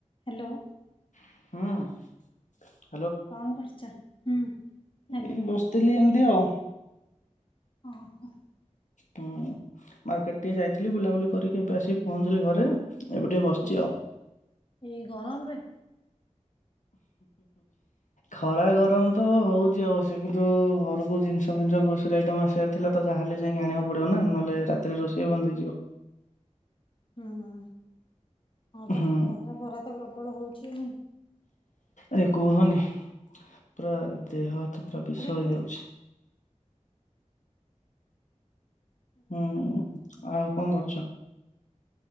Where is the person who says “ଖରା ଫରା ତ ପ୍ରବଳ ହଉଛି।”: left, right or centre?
Left